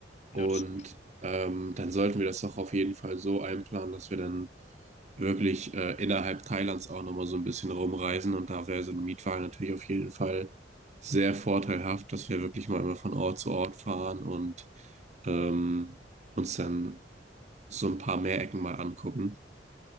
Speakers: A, on the right (about 40°); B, on the left (about 40°).
A: Und
B: ja, das ist gut.
A: ähm, dann sollten wir das doch auf jeden Fall so einplanen, dass wir dann wirklich äh, innerhalb Thailands auch nochmal so ein bisschen rumreisen. Und da wäre so ein Mietwagen natürlich auf jeden Fall sehr vorteilhaft, dass wir wirklich mal immer von Ort zu Ort fahren und ähm,
B: Mhm.
A: uns dann so ein paar mehr Ecken mal angucken.